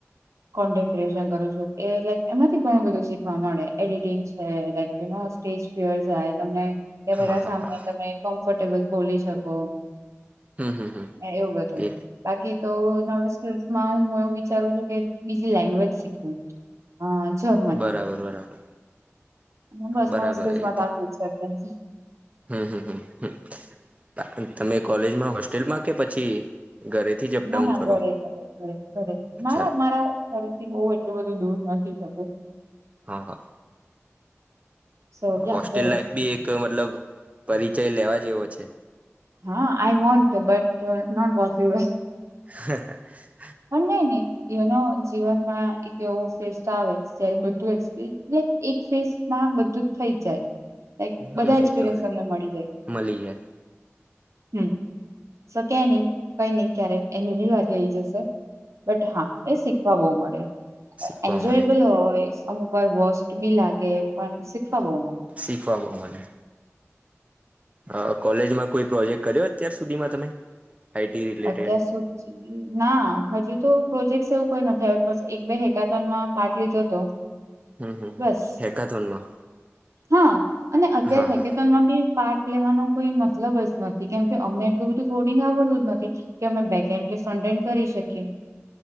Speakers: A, on the right; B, on the right.
A: કોન્ટેન્ટ ક્રિએશન કરું છું એ લક એમાંથી ઘણું બધું શીખવા મળે એડિટિંગ છે લ સ્ટેજ ફરાય તમને કેમેરા
B: હા હા
A: સામે
B: હા
A: તમે ફટેબલ બોલી શકો.
B: હમ હમ હમ
A: એવું બધું
B: એ
A: બાકી તો ન મુસક ના હું એવું વિચારું છું કે બીજી લેંગ્વેજ શીખવું. હ જર્મન,
B: બરાબર બરાબર
A: અને બસ
B: બરાબર
A: નવી
B: એ તો
A: <unintelligible> છે. <unintelligible>
B: હમ હમ હમ તમે કોલેજમાં હોસ્ટેલમાં કે પછી ઘરેથી જ અપડાઉન
A: ના ના
B: કરો
A: ઘરે ઘરે ઘરે ઘરેથી
B: અચ્છા
A: ના ના મારા ઘરેથી બઉ એટલું બધું દૂર નથી. <unintelligible>
B: હા હા,
A: સો યા
B: હોસ્ટેલ
A: ઘરેથી
B: લાઈફ બી એક મતલબ પરિ જય લેવા જેવો છે.
A: હા, I want but not possible.
B: હહ <unintelligible>
A: હ નયની એવનો જીવનમાં એક એવો ફેઝ તો આવે જયારે બધું એક્સપલે યા એક ફેઝમાં બધું જ થઈ જાય. લાઈક,
B: હમ
A: બધા એક્સપિરિયન્સ
B: એ તો હે
A: અમને મળી ગયા
B: મળી જાય
A: હમ, શો કાય નહી, કઈ નઈ ક્યારેક એની આઈ જશે બટ હા એ શીખવા બહુ મળે
B: શીખવા
A: એન્જોયબલ
B: મળે
A: હોય અમુકવાર વોસ્ટ બી લાગે પણ શીખવા બઉ
B: શીખવા બઉ મલે અ, કોલેજમાં કોઈ પ્રોજેક્ટ કર્યો અત્યાર સુધીમાં તમે આઈટી રિલેટેડ
A: અત્યાર સુધી ના, હજુ તો પ્રોજેકટ્સ એવું કઈ નથી આવ્યું, બસ એક બે હેકાથોનમાં પાટ લીધો હતો
B: હમ, હમ, હમ,
A: બસ
B: હેકાથોનમાં
A: હા, અને અત્યારે
B: હા હા
A: હેકેતોનમાં બી પાર્ટ લેવાનો કોઈ મતલબ જ નથી, કેમ કે અમને એટલું બધું કોડિંગ આવડતું જ નથી કે અમે બેક હેન્ડ કે ફ્રન્ટ હેન્ડ કરી શકીએ